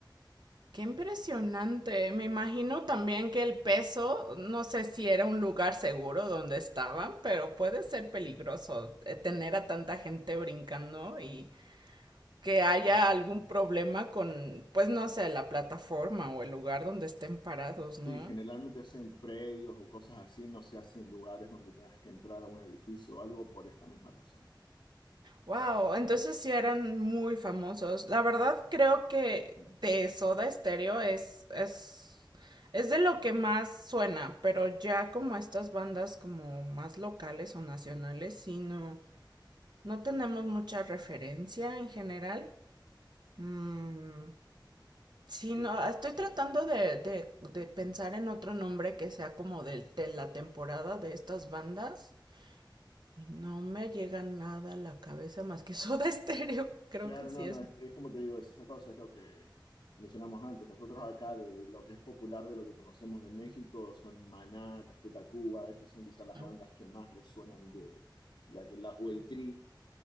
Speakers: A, on the right (about 60°); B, on the left (about 70°).
A: Qué impresionante. Me imagino también que el peso, no sé si era un lugar seguro donde estaban, pero puede ser peligroso eh, tener a tanta gente brincando y que haya
B: Sí,
A: algún problema con, pues no sé, la plataforma o el lugar donde estén parados, ¿no?
B: Sí, generalmente hacen predios o cosas así, no se hacen en lugares donde tengas que entrar a un edificio o algo por esta misma razón.
A: Wow, entonces sí eran muy famosos. La verdad creo que de Soda Stereo es, es, es de lo que más suena, pero ya como estas bandas como más locales o nacionales, sí no, no tenemos mucha referencia en general. Mm, sí, no,
B: Y
A: estoy tratando de, de, de pensar en otro nombre que sea como del- de la temporada de estas bandas. Y no me llega nada a la cabeza más que Soda Stereo. <laughs> Creo
B: Claro,
A: que sí
B: no,
A: es
B: no, es, es como te digo, es esa cosa, es lo que mencionamos antes. Nosotros acá de lo que es popular de lo que conocemos de México son Maná, Café Tacuba, esas son quizás las
A: Mm,
B: bandas que más resuenan de, de aquel lado, o el Tri,